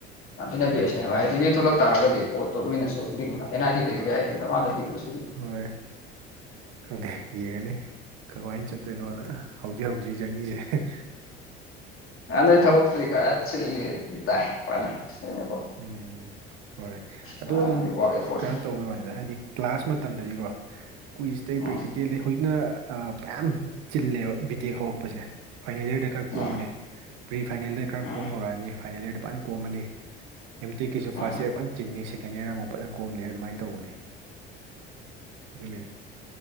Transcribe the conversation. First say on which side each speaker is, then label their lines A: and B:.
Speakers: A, on the left (about 45°); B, on the right (about 60°).
A: ꯌꯥꯝ ꯊꯤꯅ ꯕꯦꯁꯅꯦ ꯚ ꯍꯥꯏꯗꯤꯗꯒꯤ ꯊꯣꯛꯂꯛ ꯇꯥꯔꯒꯗꯤ ꯄꯣꯠ ꯇꯃꯤꯅꯁꯨꯅ ꯑꯦꯅꯥ ꯑꯗꯤꯗꯒꯤꯗꯤ ꯍꯥꯏꯔꯤ ꯃꯥꯁꯨ
B: ꯍꯣꯏ ꯈꯪꯗꯦ ꯌꯦꯡꯒꯅꯤ ꯀꯃꯥꯏꯅ ꯆꯠ ꯀꯩꯅꯣꯗ ꯍꯧꯗꯤ ꯍꯧꯗ꯭ꯔꯤ ꯖꯔꯅꯤꯁꯦ
A: ꯑ ꯅꯣꯏ ꯊꯕꯛꯛꯇꯨꯔꯤ ꯈꯔ ꯁꯤꯜꯂꯤꯗꯤ ꯇꯥꯏꯄꯥꯅ ꯅꯣꯏꯅꯀꯣ
B: ꯎꯝ ꯍꯣꯏ ꯑꯗꯨ
A: ꯐꯅꯗꯤ
B: ꯑꯗꯨꯝ
A: ꯋꯥꯔꯛ ꯑꯦꯐꯣꯔꯠꯁꯦ
B: ꯀꯩꯅꯣ ꯇꯧꯕꯩ ꯋꯥꯅꯤꯗ ꯍꯥꯏꯗꯤ ꯀ꯭ꯂꯥꯁ ꯃꯇꯝꯗꯗꯤꯀꯣ ꯑꯩꯣꯏ ꯏꯁꯇꯩꯏ
A: ꯎꯝ
B: ꯄꯦꯛꯇꯔꯤꯀꯦꯜ ꯍꯧꯖꯤꯛꯅ ꯃꯌꯥꯝ ꯆꯤꯜꯂꯦꯕ ꯕꯤ ꯇꯦꯛ ꯍꯧꯔꯛꯄꯁꯦ ꯐꯥꯏꯅꯦ ꯌꯔꯗ ꯈꯔ ꯀꯣꯝꯕꯅꯤ
A: ꯎꯝ
B: ꯄ꯭ꯔꯤ ꯐꯥꯏꯅꯦꯜꯗꯩ ꯈꯔ
A: ꯎꯝ
B: ꯀꯣꯝ ꯍꯧꯔꯛꯑꯅꯤ ꯐꯥꯏꯅꯦꯜꯗ ꯂꯨꯄꯥꯥꯏꯅ ꯀꯣꯝꯃꯅꯤ ꯑꯦꯝꯇꯦꯛꯀꯤꯁꯨ
A: ꯎꯝ
B: ꯐꯥꯔꯁ ꯏꯌꯔ ꯐꯖꯅ ꯆꯤꯟꯅꯅꯤ ꯁꯦꯀꯦꯟ ꯏꯌꯔ ꯑꯃꯨꯛ ꯐꯖꯅ ꯀꯣꯝꯅꯤ ꯑꯗꯨꯃꯥꯏꯅ ꯇꯧꯕꯅꯤ ꯑꯗꯨ